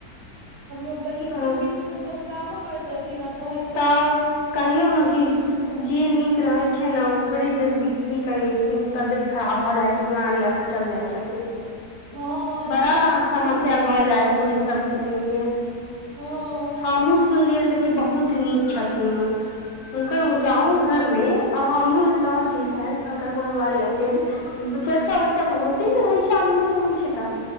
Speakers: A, on the right; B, on the left.
A: हमरो
B: गेल
A: बहिन के पीठ सब काम करैत रहथिन आ कहै
B: तब कहियौ ने कि जे नीक रहैत छै ने ओकरे जल्दी की कहियै तबियत खराब भऽ जाइ छै बीमारी आरसँ चल जाइ छथिन
A: हँ
B: बड़ा
A: ई तऽ हमहुँ देखलियै
B: समस्या
A: ह
B: भऽ जाइ छै ई सब के ले के
A: हँ
B: हमहुँ सुनलियनि देख बहुत नीक छथिन ओ हुनकर
A: हँ
B: गाँव घर मे अ हमरो एतऽ छीहेन अ बगल बाली एत तऽ चर्चा वर्चा तऽ होते ने रहै छै आदमीसभ अबइ छै तऽ